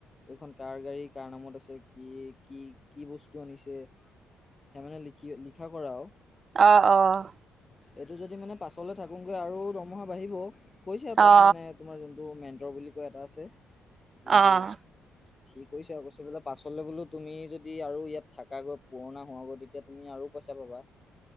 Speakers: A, on the left (about 25°); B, on the right (about 45°).
A: এইখন কাৰ গাড়ী, কাৰ নামত আছে, কি - কি - কি বস্তু আনিছে, সেই মানে লিখি- লিখা কৰাও।
B: অ' - অ'।
A: এইটো যদি মানে পাছলে থাকোগৈ, আৰু দৰমহা বাঢ়িব। কৈছে আৰু তাত
B: অ
A: মানে তোমাৰ যোন টো মেন্তৰ বুলি কৈ এটা আছে। যোনটো
B: অ অ
A: সি কৈছে আৰু কৈছে বোলে পাছলৈ বোলো তুমি যদি আৰু ইয়াত থাকাকৈ পুৰণা হোৱাগৈ তেতিয়া, তুমি আৰু পইচা পাবা